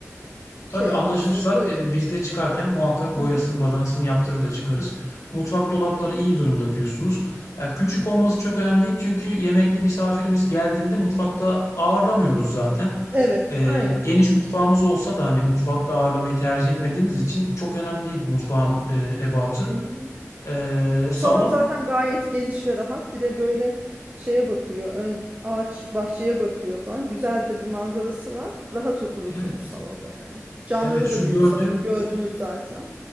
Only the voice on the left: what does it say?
Tabii
anlaşırsak
e, biz de çıkarken muhakkak boyasını,
badanasını yaptırır da çıkarız. Mutfak dolapları iyi durumda diyorsunuz. E, küçük olması çok önemli değil çünkü yemekli misafirimiz geldiğinde mutfakta ağırlamıyoruz zaten.
E,
geniş mutfağımız olsa da hani mutfakta ağırlamayı tercih etmediğimiz için çok önemli değil mutfağın e, ebatı.
E,
salon
evet,
evet şu
gördüğüm